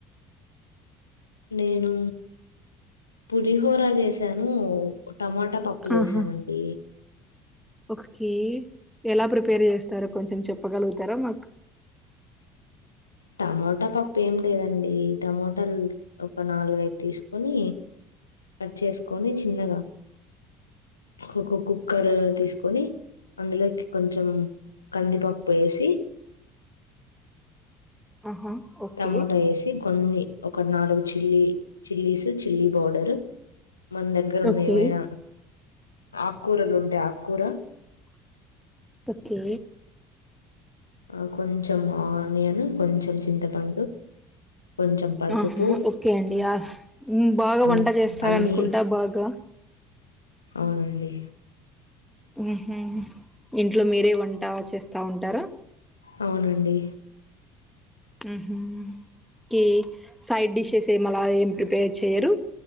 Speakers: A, on the left; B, in the centre.
A: నేను పురీహోర చేశా ను టమాటా పప్పు చేసానండి
B: ఆహా ఓకే ఎలా ప్రిపేర్ చేస్తారో కొంచెం చెప్పగలుగుతారో మాకు
A: టమోటా పప్పు ఏం లేదండి టమోటాలు ఒక నాలుగైద్ తీసుకొని కట్ చేసుకొని చిన్నగా క్కో కో కుక్కర్ తీసుకొని అందులోకి కొంచెం కందిపప్పు వేసి
B: ఆహా, ఓకే
A: టమోటా వేసి కొన్ని ఒక నాలుగు చిల్లీ చిల్లీస్ చిల్లీ పౌడర్ మన దగ్గర ఉన్న
B: ఓకే
A: ఏమైనా ఆకుకూరలు ఉంటే ఆకుకూర
B: ఓకే
A: ఆ కొంచం ఆ ఆనీయను కొంచెం చింతపండు కొంచెం పసుపు
B: ఆహా ఓకే అండి ఆ బాగా
A: అన్
B: వంట చేస్తారనుకుంటా
A: అన్ని
B: బాగా
A: అవునండి
B: మ్ హు ఇంట్లో మీరే వంట చేస్తా ఉంటారా
A: అవునండి
B: మ్ హు కేక్ సైడ్ డిషెస్ ఏమలా ఏం ప్రిపేర్ చెయరు